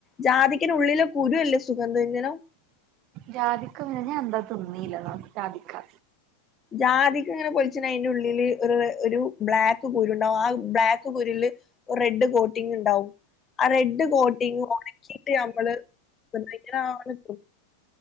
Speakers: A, on the left; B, on the right.
A: ജാതിക്കനുള്ളിലെ കുരു അല്ലേ സുഗന്ധവ്യഞ്ജനം,
B: ജാധിക്ക ങ്ങിനാ എന്താ തിന്നീല്ല ജാധിക്കാ,
A: ജാതിക്കങ്ങനെ പൊലിച്ച്ണതിന്റെ ഉള്ളില് ഒരു ഒരു ബ്ലാക്ക് കുരു ണ്ടാവും ആ ബ്ലാക്ക് കുരില്, ഒരു റെഡ് കോട്ട് ങ്ണ്ടാവും. ആ റെഡ് കോട്ടിങ് ഒണക്കിയിട്ട് അമ്മള് നന്നായിട്ട്..